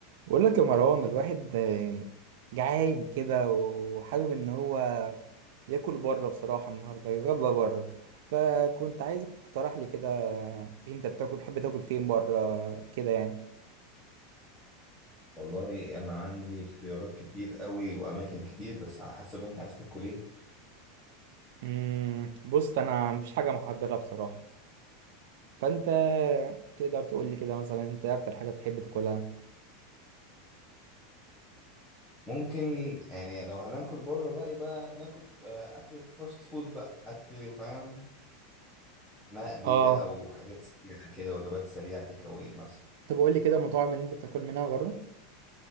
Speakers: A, on the right (about 65°); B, in the centre.
A: بقول لك يا مروان الواحد آه، جعان كده وحابب ان هو ياكل بره بصراحة النهاردة يتغدى بره فكنت عايزك تقترح لي كده آه، انت بتاكل تحب تاكل فين بره كده يعني
B: والله انا عندي اختيارات كتير قوي واماكن كتير بس على حسب انت عايز تاكل ايه
A: امم بص انا مفيش حاجة محددة بصراحة فانت تقدر تقول لي كده مثلا انت اكتر حاجة بتحب تاكلها
B: ممكن يعني لو هناكل بره بقى يبقى ناكل آه، اكل فاست فود بقى اكل فاهم مقلي
A: اه
B: بقى وحاجات سريعه كده وجبات سريعه تيك اواي مثلا
A: طب قول لي كده المطاعم اللي انت بتاكل منها بره